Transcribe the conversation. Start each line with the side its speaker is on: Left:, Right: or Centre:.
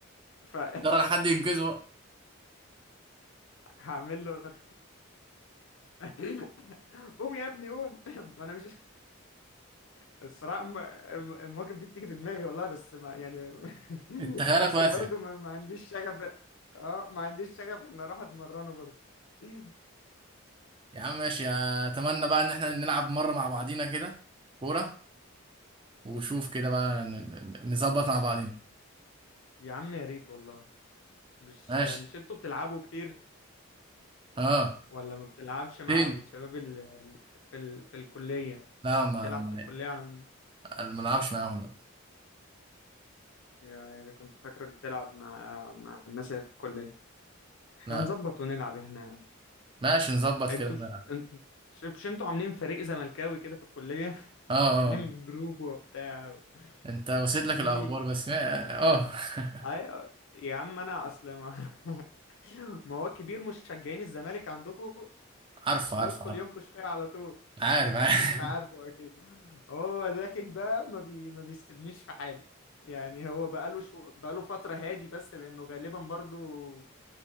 Left: ف <laughs>
Right: ترى حد ينقذه
Left: هعمل له <laughs> قوم يا ابني قوم <laughs> ما انا مش الصراحه الم- الم- المواقف دي بتيجي في دماغي والله بس ما يعني <laughs>
Right: انت خيالك
Left: بس
Right: واسع
Left: برضو ما, ما عنديش شغف اه ما عنديش شغف ان اروح اتمرنه برضو <laughs>
Right: يا عم ماشي اتمنى بقى ان احنا نلعب مرة مع بعضينا كده كورة وشوف كده بقى ن- ن- نظبط مع بعضينا
Left: يا عم يا ريت والله مش
Right: ماشي
Left: مش انتوا بتلعبوا كتير
Right: اه
Left: ولا ما بتلعبش مع
Right: فين
Left: الشباب اللي في ال... في الكليه
Right: لا ما
Left: بتلعب
Right: ما
Left: في الكليه عن
Right: ما نلعبش معاهم لا
Left: يعني اذا كنت فاكرك بتلعب مع مع الناس اللي في الكليه احنا
Right: لا
Left: نظبط ونلعب هنا يا عم
Right: ماشي نظبط
Left: انتوا
Right: كده نلعب.
Left: مش انتوا مش مش انتوا عاملين فريق زملكاوي كده في الكلية <laughs>
Right: اه اه
Left: عاملين جروب وبتاع و-
Right: انت وصلت لك
Left: في
Right: الاخبار
Left: في
Right: بس اه <laughs>
Left: ايوه يا عم انا اصل ما <laughs> ما هو كبير مشجعين الزمالك عندكم
Right: عارف
Left: بيدخل
Right: عارف عارف
Left: ينكش فيها على طول
Right: عارف
Left: <laughs>
Right: عارف
Left: انت عارفه
Right: <laughs>
Left: اكيد هو داخل بقى ما بي... ما بيسيبنيش في حالي يعني هو بقاله شو... بقاله فترة هادي بس لانه غالبا برضو